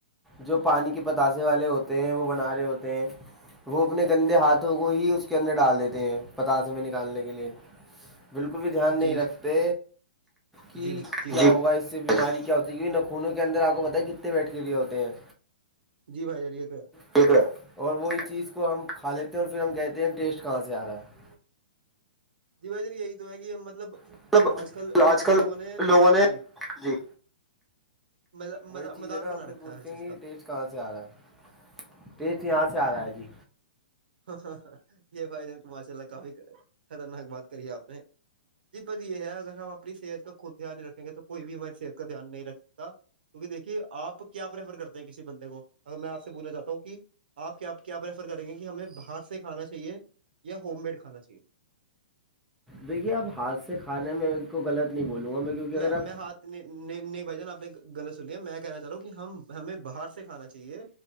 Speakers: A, in the centre; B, on the right.
A: جو پانی کے پتاسے والے ہوتے ہیں وہ بنا رہے ہوتے ہیں وہ اپنے گندے ہاتھوں کو ہی اس کے اندر ڈال دیتے ہیں پتاسے میں نکالنے کے لیے بالکل بھی دھیان نہیں
B: جی
A: رکھتے کہ
B: جی جی
A: کیا
B: بھائی
A: ہوگا
B: جان
A: اس سے بیماری کیا ہوتی ہے کیہ نخونوں کے اندر آپ کو پت کتنے ویٹ کے لیے ہوتے ہیں
B: جی بھائی جاریے تو
A: ٹھیک ہے اور وہی چیز کو ہم کھا لیتے ہیں اور پھر ہم کہتے ہیں ٹیسٹ کہاں سے آ رہا ہے
B: جی بھائی جن یہی تو ہے کہ مطلب
A: ہے مطلب
B: آج کل
A: آج کل
B: لوگوں نے
A: لوگوں نے
B: جی
A: جی
B: مذاق
A: وہی چیز ہے نا
B: بنا
A: ہم پھر
B: رکھا
A: پوچھتے
B: ہے ہر چیز
A: ہیں
B: کا
A: کہ یہ ٹیسٹ کہاں سے آ رہا ہے ٹیسٹ یہاں سے آ رہا ہے جی
B: ہاںاں یہ بھائی جان کو ماشاء اللہ کافی خطرناک بات کری ہے آپ نے جی پر یہ ہے اگر ہم اپنی صحت کا خود دھیان رکھیں گے تو کوئی بھی ہماری صحت کا دھیان نہیں رکھتا کیونکہ دیکھیے آپ کیا پریفر کرتے ہیں کسی بندے کو اگر میں آپ سے بولنا چاہتا ہوں کہ آپ کیا پرریفر کریں گے کہ ہمیں باہر سے کھانا چاہیے یا ہوم میڈ کھانا چاہیے
A: دیکھیے آپ ہاتھ سے کھانے میں کو غلط نہیں بولوں گا میں کیونکہ اگر
B: میں
A: آپ
B: ہاتھ نہیں نہیں نہیں بھائی جان آپ نے غلط سنی ہے میں کہنا چاہ رہا ہوں کہ ہم ہمیں باہر سے کھانا چاہیے